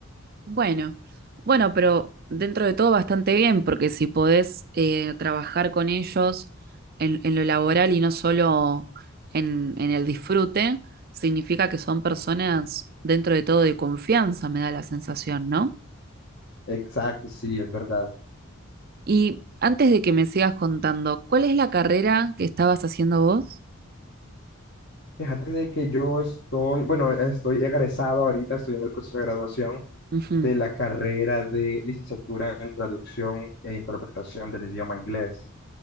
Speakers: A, on the right; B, on the left.
A: Bueno, bueno, pero dentro de todo bastante bien, porque si podés eh, trabajar con ellos en, en lo laboral y no solo en, en el disfrute, significa que son personas dentro de todo de confianza, me da la sensación, ¿no?
B: Exacto, sí, es verdad.
A: Y antes de que me sigas contando, ¿cuál es la carrera que estabas haciendo vos?
B: Fíjate de que yo estoy, bueno, estoy egresado ahorita, estoy en el proceso de graduación
A: Ujú.
B: de la carrera de licenciatura en traducción e interpretación del idioma inglés.